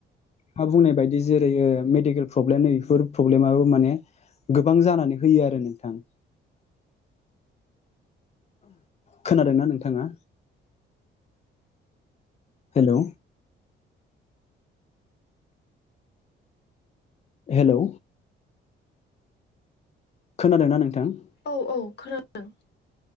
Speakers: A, on the left; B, on the left.
A: हा बुंनाय बायदि जेरै ओ मेडिकेल प्रब्लेम नै बेफोर प्रब्लेमाबो माने गोबां जानानै होयो आरो नोंथां। खोनादोंना नोंथाङा? हेलौ। हेलौ। खोनादोंना नोंथां?
B: औ औ खोनादों।